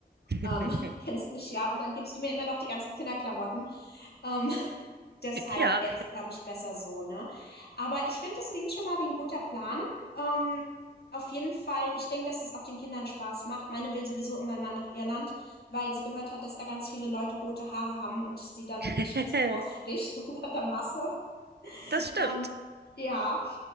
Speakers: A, on the right; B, on the left.
A: <laughs>
B: Ähm, <laughs> kennst mich ja. Und dann gibst du mir immer noch die ganzen Kinderklamotten. Ähm, <laughs> deshalb
A: Ja,
B: wäre es, glaube ich, besser so, ne? Aber ich finde, das klingt schon mal wie ein guter Plan. Ähm, auf jeden Fall, ich denke, dass es auch den Kindern Spaß macht. Meine will sowieso immer mal nach Irland, weil sie gehört hat, dass da ganz viele Leute rote Haare haben und sie dann
A: <laughs>
B: nicht mehr so raussticht <laughs> unter der Masse.
A: das stimmt.
B: Ähm, ja.